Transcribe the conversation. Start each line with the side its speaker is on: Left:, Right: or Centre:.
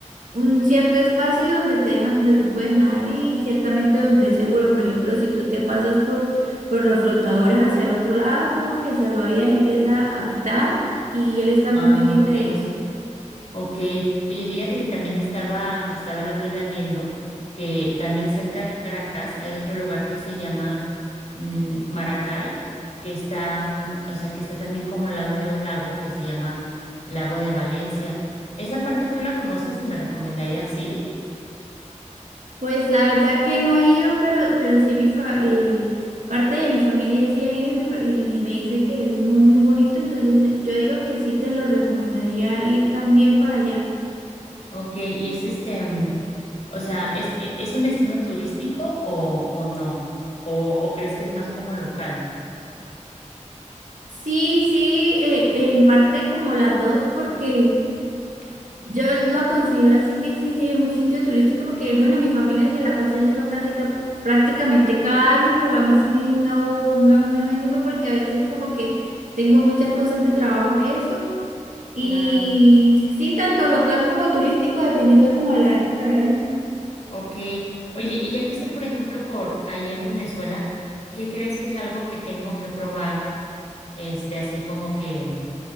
Right: un cierto espacio donde te dejan, donde tú puedes nadar y ciertamente donde es seguro. Por ejemplo, si tú te pasas por, por los flotadores hacia el otro lado, como que el salvavidas empieza a pitar y él está muy
Left: Ah,
Right: pendiente
Left: ok.
Right: de eso.
Left: Ok, oye, fíjate que también estaba, estaba el otro día viendo que también cerca de Caracas hay otro lugar que se llama mm, Maracay, que está, mm, o sea, que está también como al lado de un lago que se llama Lago de Valencia. ¿Esa parte tú la conoces y me recomendarías ir?
Right: Pues la verdad que no he ido, pero, pero sí mi fa- eh, parte de mi familia sí ha ido y me, pa- y me dice que es muy, muy bonito, entonces yo digo que sí te lo recomendaría ir también para allá.
Left: Ok, y es este, mm, o sea, ¿es, e- es un destino turístico o, o no? ¿O, o crees que es más como local?
Right: Sí, sí, eh, eh, en parte como las dos, porque yo lo considero así que sí, sí es un sitio turístico, porque bueno, mi familia se la pasa yendo casi ca- prácticamente cada año, pero a mí sí no, no, no me animo porque a veces como que tengo muchas cosas de trabajo y eso. Y
Left: Claro.
Right: sí, tanto local como turístico, dependiendo como de la época del año.
Left: Ok, oye, y ya que esté, por ejemplo, por ahí en Venezuela, ¿qué crees que es algo que tengo que probar, este, así como que